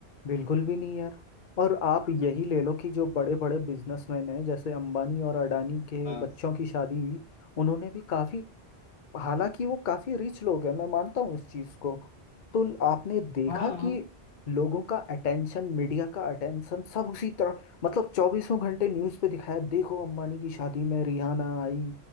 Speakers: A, on the left (about 50°); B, on the left (about 80°).
A: बिल्कुल भी नहीं यार और आप यही ले लो कि जो बड़े बड़े बिजनेसमैन हैं जैसे अंबानी और अडानी के
B: हाँ
A: बच्चों की शादी हुई उन्होंने भी काफी हालांकि वो काफी रिच लोग हैं मैं मानता हूँ इस चीज को तो आपने देखा
B: हाँ हाँ।
A: कि लोगों का अटेंशन मीडिया का अटेंशन सब उसी तरफ मतलब चौबीसों घंटे न्यूज पे दिखाया देखो अंबानी की शादी में रिहाना आई